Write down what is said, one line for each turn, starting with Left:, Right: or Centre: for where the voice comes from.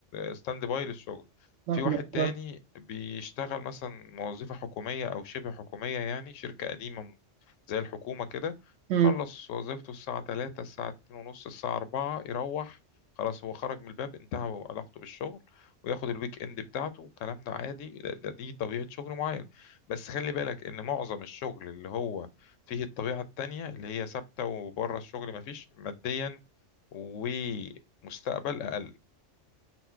Left: ستاند باي للشغل
Right: لا
Left: في واحد
Right: ما أقدرش
Left: تاني بيشتغل مثلا وظيفة حكومية أو شبه حكومية يعني شركة قديمة م- زي الحكومة كده
Right: امم
Left: خلص وظيفته الساعة تلاتة الساعة اتنين ونص الساعة أربعة يروح خلاص هو خرج من الباب انتهى علاقته بالشغل وياخد الويك اند بتاعته الكلام ده عادي ده, ده دي طبيعة شغل معين بس خلي بالك إن معظم الشغل اللي هو فيه الطبيعة التانية اللي هي ثابتة وبره الشغل مفيش ماديا ومستقبل اقل